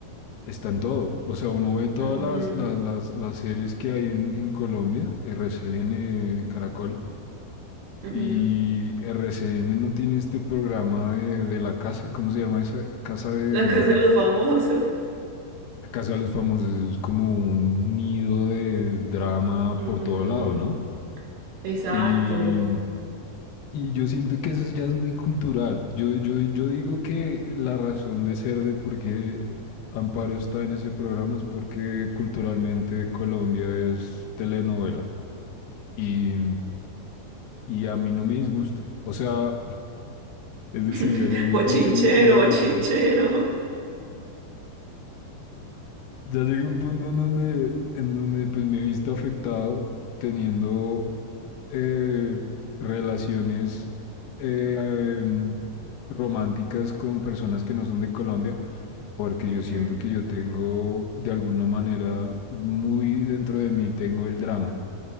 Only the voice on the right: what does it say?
ujú,
ujú.
La casa de los famosos.
Ujú,
Exacto.
<laughs>
Bochinchero,
bochinchero.
Ujú.